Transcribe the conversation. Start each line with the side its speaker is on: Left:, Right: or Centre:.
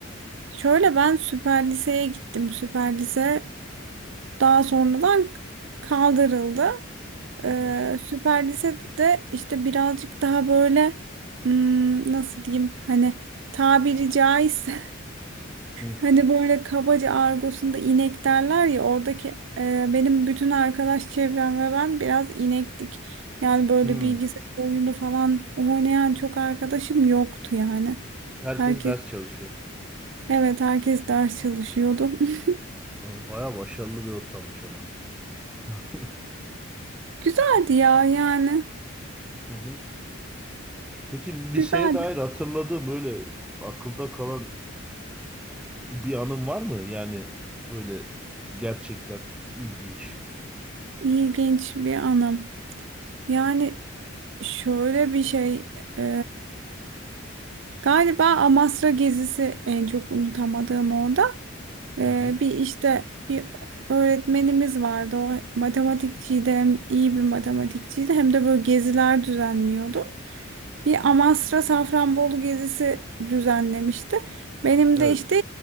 Right: şöyle ben süper liseye gittim. Süper lise daha sonradan kaldırıldı.
Centre: Hı
Right: Ee,
Centre: hı.
Right: süper lisede işte birazcık daha böyle hmm, nasıl diyeyim hani tabiri caizse
Centre: Hı.
Right: Hani böyle kabaca argosunda inek derler ya oradaki e, benim bütün arkadaş çevrem ve ben biraz inektik. Yani böyle
Centre: Hı.
Right: bilgisayar oyunu falan oynayan çok arkadaşım yoktu yani.
Centre: Herkes
Right: Herkes
Centre: ders çalışıyor.
Right: evet herkes ders çalışıyordu. <laughs> <laughs>
Centre: Aa, Bayağı başarılı bir ortammış ama. <laughs>
Right: Güzeldi ya yani.
Centre: Hı hı. Peki liseye
Right: Güzeldi.
Centre: dair hatırladığın böyle akılda kalan bir anın var mı? Yani böyle gerçekten ilginç.
Right: İlginç bir anım. Yani şöyle bir şey e, galiba Amasra gezisi en çok unutamadığım orada. Ee,
Centre: Hı hı.
Right: bir işte bir öğretmenimiz vardı. O matematikçiydi hem iyi bir matematikçiydi hem de böyle geziler düzenliyordu. Bir Amasra Safranbolu gezisi düzenlemişti. Benim
Centre: Evet.
Right: de işte